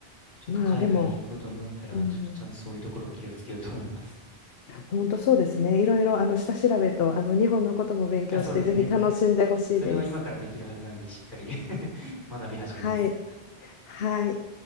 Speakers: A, on the left; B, on the left.
A: ちょっと海外行くことになったら、
B: まあでも、うん、
A: ちょっとちゃんとそういうところを気をつけようと思います。
B: 本当そうですねいろいろあの下調べとあの日本のことも勉強してぜひ楽しんでほしいです。
A: あ、そうですね。それは今からできるはずなんで、しっかり <laughs> 学び始めます。
B: はい、はい